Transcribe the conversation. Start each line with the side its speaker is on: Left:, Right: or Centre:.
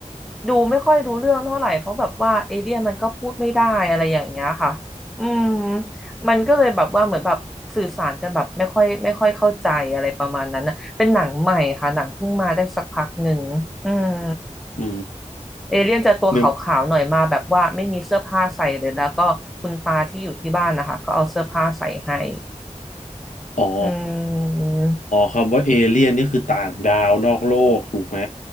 Centre: ดูไม่ค่อยรู้เรื่องเท่าไหร่เพราะแบบว่าเอเลี่ยนมันก็พูดไม่ได้อะไรอย่างเงี้ยค่ะอืมมันก็เลยแบบว่าเหมือนแบบสื่อสารกันแบบไม่ค่อยไม่ค่อยเข้าใจอะไรประมาณนั้นนะเป็นหนังใหม่ค่ะหนังเพิ่งมาได้สักพักหนึ่งอืม
Left: อื
Centre: เอเลี่ยนจะตัวขาวๆหน่อยมาแบบว่าไม่มีเสื้อผ้าใส่เลยแล้วก็คุณตาที่อยู่ที่บ้านนะคะก็เอาเสื้อผ้าใส่ให้
Left: ม อ๋อ
Centre: อืม
Left: คำว่าเอเลี่ยนนี่คือต่างดาวนอกโลกถูกไหม